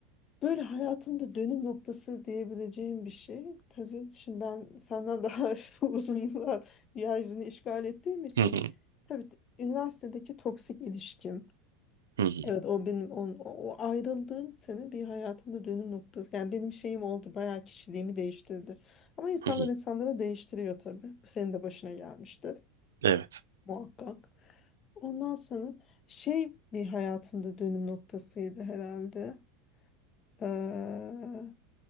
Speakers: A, on the left (about 35°); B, on the right (about 75°).
A: böyle hayatımda dönüm noktası diyebileceğim bir şey. Tabii şimdi ben senden daha <laughs> uzun yıllar yeryüzünü işgal ettiğim için.
B: Hı hı
A: Tabii üniversitedeki toksik ilişkim.
B: hı hı
A: Evet o benim on- o, o ayrıldığım sene bir hayatımda dönüm noktası. Yani benim şeyim oldu bayağı kişiliğimi değiştirdi. Ama insanlar
B: hı. hı.
A: insanları değiştiriyor tabii. Bu senin de başına gelmiştir
B: Evet.
A: muhakkak. Ondan sonra şey bir hayatımda dönüm noktasıydı herhalde. Ee,